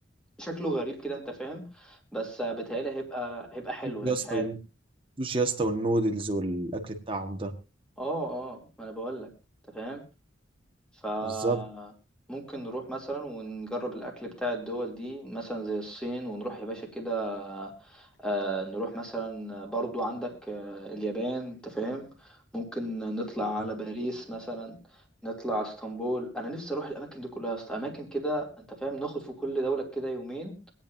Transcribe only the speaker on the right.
يا اسطى
والسوشي يا اسطى والنودلز والاكل بتاعهم ده
بالظبط
بالظبط.